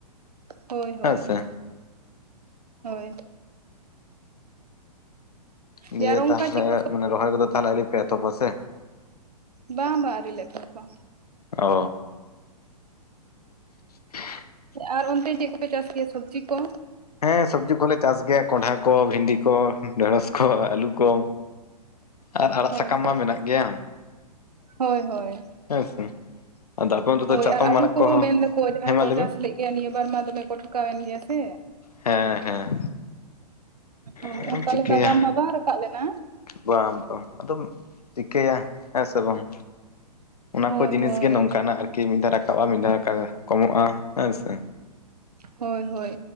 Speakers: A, on the right; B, on the left.
A: ᱦᱳᱭ ᱦᱳᱭ᱾
B: ᱦᱮᱸ ᱥᱮ
A: ᱦᱳᱭ᱾
B: ᱫᱤᱭᱮ
A: ᱡᱮ ᱟᱨ ᱚᱱᱠᱟ
B: ᱛᱟᱦᱚᱞᱮ
A: ᱪᱮᱫ ᱠᱚ
B: ᱢᱟᱱᱮ ᱨᱚᱦᱚᱭ ᱠᱚᱫᱚ ᱛᱟᱦᱚᱞᱮ ᱟᱹᱞᱤ ᱯᱮ ᱮᱛᱚᱦᱚᱵᱟ ᱥᱮ?
A: ᱵᱟᱝ ᱵᱟ ᱟᱹᱨᱤᱞᱮ ᱮᱛᱚᱦᱚᱵᱟ᱾
B: ᱚ <inaudible>
A: ᱟᱨ ᱚᱱᱛᱮ ᱪᱮᱫ ᱠᱚᱯᱮ ᱪᱟᱥ ᱠᱮᱭᱟ ᱥᱚᱵᱽᱡᱤ ᱠᱚ?
B: ᱦᱮᱸ ᱥᱚᱵᱽᱡᱤ ᱠᱚᱞᱮ ᱪᱟᱥ ᱜᱮᱭᱟ ᱠᱚᱸᱰᱷᱟ ᱠᱚ, ᱵᱷᱤᱱᱰᱤ ᱠᱚ, ᱰᱷᱮᱸᱲᱚᱥ ᱠᱚ, ᱟᱹᱞᱩ ᱠᱚ᱾ ᱟᱨ ᱟᱲᱟᱜ
A: ᱦᱳᱭ
B: ᱥᱟᱠᱟᱢ ᱢᱟ
A: ᱦᱳᱭ
B: ᱢᱮᱱᱟᱜ ᱜᱮᱭᱟ᱾
A: ᱦᱳᱭ ᱦᱳᱭ᱾
B: ᱦᱮᱸ ᱥᱮ ᱟᱫᱚ ᱟᱯᱮ ᱚᱱᱛᱮ ᱫᱚ
A: ᱦᱳᱭ
B: ᱪᱟᱛᱚᱢ
A: ᱟᱨ ᱟᱞᱩ
B: ᱟᱲᱟᱜ
A: ᱠᱚᱦᱚᱸ ᱢᱮᱱ ᱫᱟᱠᱚ ᱡᱟᱦᱟᱸᱭ
B: ᱦᱮᱸ ᱢᱟ
A: ᱠᱚ
B: ᱞᱟᱹᱭ ᱢᱮ
A: ᱪᱟᱥ ᱞᱮᱜ ᱜᱮᱭᱟ ᱱᱤᱭᱟᱹ ᱵᱟᱨ ᱢᱟ ᱫᱚᱢᱮ ᱠᱚ ᱴᱷᱚᱠᱟᱣᱮᱱ ᱜᱮᱭᱟ ᱥᱮ᱾
B: ᱦᱮᱸ ᱦᱮᱸ᱾
A: ᱦᱳᱭ
B: ᱟᱫᱚᱢ
A: ᱚᱱᱠᱟ
B: ᱪᱤᱠᱟᱹᱭᱟ
A: ᱞᱮᱠᱟ ᱫᱟᱢ ᱢᱟ ᱵᱟᱝ ᱨᱟᱠᱟᱵ ᱞᱮᱱᱟ᱾
B: ᱵᱟᱝ ᱵᱟᱝ᱾ ᱟᱫᱚᱢ ᱪᱤᱠᱟᱹᱭᱟ ᱦᱮ ᱥᱮ ᱵᱟᱝ? ᱚᱱᱟ
A: ᱦᱳᱭ
B: ᱠᱚ ᱡᱤᱱᱤᱥ
A: ᱦᱳᱭ
B: ᱜᱮ ᱱᱚᱝᱠᱟᱱᱟᱜ ᱟᱨᱠᱤ ᱢᱤᱫ ᱫᱷᱟ ᱨᱟᱠᱟᱵ-ᱟ, ᱢᱤᱫ ᱫᱷᱟ ᱠᱟᱫᱚ ᱠᱚᱢᱚᱜᱼᱟ ᱦᱮᱸ ᱥᱮ᱾
A: ᱦᱳᱭ ᱦᱳᱭ